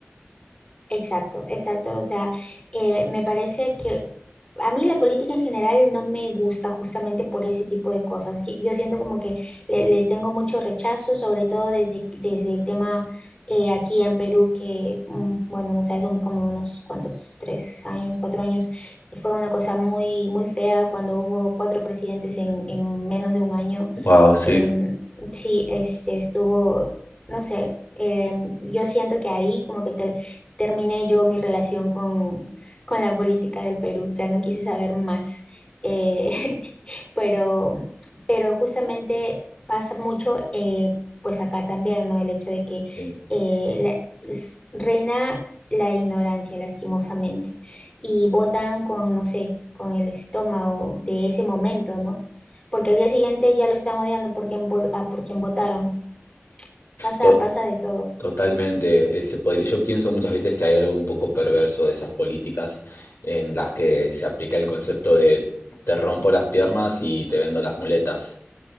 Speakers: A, on the left (about 25°); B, on the left (about 65°).
A: Exacto, exacto. O sea, eh, me parece que A mí la política en general no me gusta justamente por ese tipo de cosas. Así- Yo siento como que le, le tengo mucho rechazo, sobre todo desde, desde el tema eh, aquí en Perú, que, mm, bueno, no sé, hace como unos cuantos, tres años, cuatro años, fue una cosa muy, muy fea cuando hubo cuatro presidentes en, en menos de un año
B: Wow, sí.
A: em, sí, este estuvo, no sé, em, yo siento que ahí como que ter- terminé yo mi relación con, con la política del Perú, ya no quise saber más, eh, <laughs> pero, pero justamente pasa mucho, eh, pues acá también, ¿no? El hecho de que
B: Sí,
A: eh, la- s- reina la ignorancia, lastimosamente, y votan con, no sé, con el estómago de ese momento, ¿no? porque al día siguiente ya lo están odiando por quien, por, a por quien votaron. Pasa,
B: to-
A: pasa de todo,
B: totalmente. eh, se podría- yo pienso muchas veces que hay algo un poco perverso de esas políticas en las que se aplica el concepto de te rompo las piernas y te vendo las muletas,